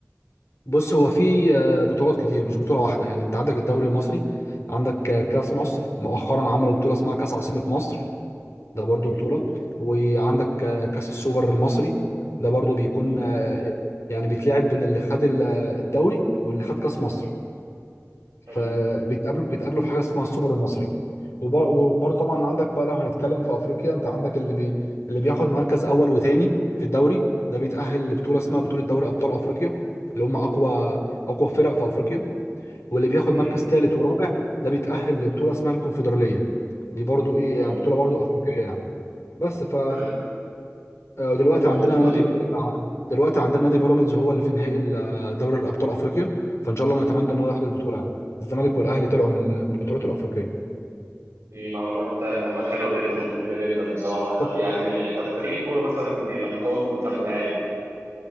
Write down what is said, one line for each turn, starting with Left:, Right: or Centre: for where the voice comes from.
Left: بص هو في آه، بطولات كتير مش بطوله واحده يعني انت عندك الدوري المصري عندك آه، كاس مصر مؤخرا عملوا بطوله اسمها كاس عاصمه مصر ده برضو
Right: مم.
Left: بطوله وعندك آه، كاس السوبر المصري ده برضو بيكون
Right: مم.
Left: آه، يعني بيتلعب بين اللي خد ال- الدوري واللي خد كاس مصر
Right: حلو.
Left: فبيتقابلوا بيتقابلوا في حاجه اسمها السوبر المصري وبر- وبرضه طبعا عندك بقى لو هنتكلم في افريقيا انت عندك اللي بي... اللي بياخد مركز اول وتاني في الدوري ده بيتاهل لبطوله اسمها بطوله دوري ابطال افريقيا اللي هم اقوى اقوى فرق في افريقيا واللي بياخد
Right: مم.
Left: مركز ثالث ورابع ده بيتاهل لبطوله اسمها الكونفدراليه دي برضه ايه
Right: اه
Left: يعني بطوله برضه افريقيه يعني بس ف
Right: ده
Left: آه، دلوقتي
Right: اه
Left: عندنا
Right: دي بطوله
Left: نادي بيرا- دلوقتي عندنا نادي بيراميدز هو اللي في نهائي ال- دوري الابطال افريقيا فان شاء الله نتمنى ان هو ياخد البطوله يعني الزمالك والاهلي طلعوا من من البطولات الافريقيه
Right: دي معلومات معلومات حلوة جدا ومفيدة جدا بصراحة طب
Left: طب
Right: يعني طب فريق الكورة مثلا بيبقى مكون من كام لاعب؟